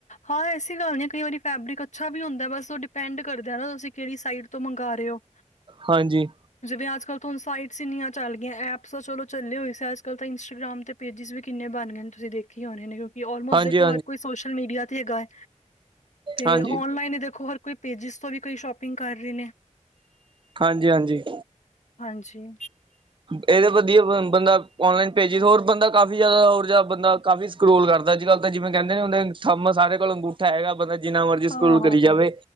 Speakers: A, on the left (about 65°); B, on the right (about 40°).
A: ਹਾਂ ਐਸੀ ਗੱਲ ਨਹੀਂ ਕਈ ਵਾਰੀ ਫੈਬਰਿਕ ਅੱਛਾ ਵੀ ਹੁੰਦਾ ਬਸ ਉਹ ਡਿਪੈਂਡ ਕਰਦੇ ਨਾ ਤੁਸੀਂ ਕਿਹੜੀ ਸਾਈਡ ਤੋਂ ਮੰਗਵਾ ਰਹੇ ਹੋ। ਹਾਂ।
B: ਹਾਂਜੀ।
A: ਜਿਵੇਂ ਅੱਜ ਕੱਲ ਤਾਂ ਹੁਣ ਸਾਈਟਸ ਹੀੰਨੀਆਂ ਚੱਲ ਗਈਆਂ ਐਪਸ ਤਾਂ ਚਲੋ ਚੱਲੇ ਹੋਏ ਸੀ ਅਜ ਕੱਲਲ ਤਾਂ ਇੰਸਾਗ੍ਰਾਮ ਤੇ ਪੇਜਿਸ ਵੀ ਕਿੰਨੇ ਬਣ ਗਏ ਤੁਸੀਂਖ ਹੀ ਹੋਣੇ ਨੇ ਕਿਂਕਿ ਆਲਮੋਸਟ
B: ਹਾਂਜੀ
A: ਦੇਖੋ
B: ਹਾਂਜੀ
A: ਹਰ ਕੋਈਲ ਲ ਮੀਡੀਆ ਤੇ ਹੈਗਾ ਹੈ ਤੇ
B: ਹਾਂਜੀ
A: ਨਲਾਈਨ ਦੇਖੋ ਹਰ ਕੋਈ ਪੇਜਿਸ ਤੋਂ ਵੀ ਕਈ ਸ਼ੋਪਿੰਗ ਕਰ ਰਹੇ ਨੇ
B: ਹਾਂਜੀ ਹਾਂਜੀ।
A: ਹਾਂਜੀ।
B: ਇਹਦੇ ਵਧੀਆ ਬੰਦਾ ਔਨਲਾਈਨ ਭੇਜੇ ਹੋਰ ਬੰਦਾ ਕਾਫੀ ਜ਼ਿਆਦਾ ਹੋਰ ਜਦਾ ਬੰਦਾ ਕਾਫੀ ਸਕਰੋਲ ਕਰਦਾ, ਅੱਜ ਕੱਲ ਤਾਂ ਜਿਵੇਂ ਕਹਿੰਦੇ ਨੇ ਹੁੰਦੇ ਥਮ ਸਾਰੇ ਕੋਲ ਅੰਗੂਠਾ ਹੈਗਾ। ਬੰਦਾ ਜਿੰਨਾ ਮਰਜ਼ੀ ਸਕਰੋਲ
A: ਹਾਂ-ਹਾਂ
B: ਕਰੀ ਜਾਵੇ,